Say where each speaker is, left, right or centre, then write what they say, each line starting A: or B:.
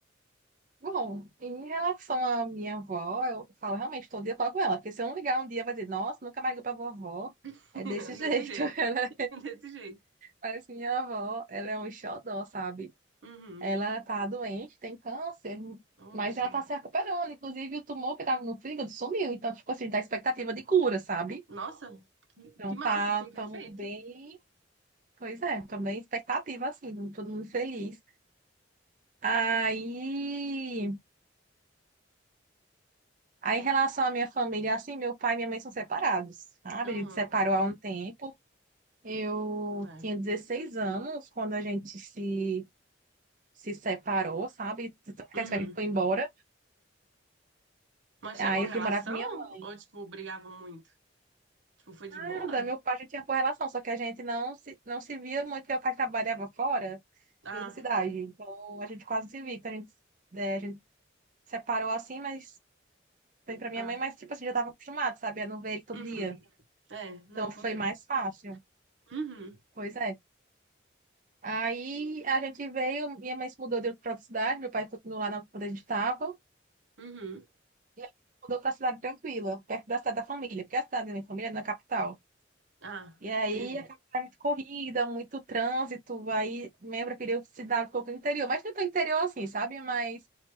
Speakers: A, on the right; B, on the right.
A: Bom, em relação à minha avó, eu falo realmente todo dia eu falo com ela, porque se eu não ligar um dia, vai dizer, nossa, nunca mais ligou pra vovó.
B: <laughs>
A: É desse jeito.
B: Desse jeito,
A: <laughs> Ela...
B: desse jeito.
A: Mas minha avó, ela é um xodó, sabe?
B: Uhum.
A: Ela tá doente, tem câncer,
B: Ô,
A: mas
B: bichinha.
A: ela tá se recuperando. Inclusive, o tumor que tava no fígado sumiu. Então, tipo assim, dá expectativa de cura, sabe?
B: Nossa, que,
A: Então,
B: que massa,
A: tá,
B: assim, perfeito.
A: tamo bem. Pois é, também expectativa, assim, todo mundo feliz. Aí. Aí, em relação à minha família, assim, meu pai e minha mãe são separados, sabe?
B: Uhum.
A: A gente separou há um tempo. Eu
B: né,
A: tinha 16 anos quando a gente se, se separou, sabe? Quer
B: Uhum.
A: dizer, a gente foi embora.
B: Mas
A: Aí
B: tinha boa
A: eu
B: relação?
A: fui morar com minha mãe.
B: Ou, tipo, brigavam muito? Tipo, foi de
A: Nada,
B: boa?
A: meu pai já tinha boa relação, só que a gente não se, não se via muito, porque meu pai trabalhava fora,
B: Ah,
A: em outra cidade. Então, a gente quase se via. Então, a gente, é, a gente separou assim, mas foi pra minha
B: ah.
A: mãe, mas, tipo assim, já tava acostumado, sabe? A não ver ele todo
B: Uhum.
A: dia.
B: É, não,
A: Então,
B: acontece.
A: foi mais fácil.
B: Uhum.
A: Pois é. Aí a gente veio, minha mãe se mudou de outra cidade, meu pai continuou lá na- onde a gente estava,
B: Uhum.
A: e a gente se mudou para a cidade tranquila, perto da cidade da família, porque a cidade da minha família é na capital.
B: Ah,
A: E aí
B: entendi.
A: a capital é muito corrida, muito trânsito, aí minha mãe preferiu cidade um pouco no interior, mas não tão interior assim, sabe? Mas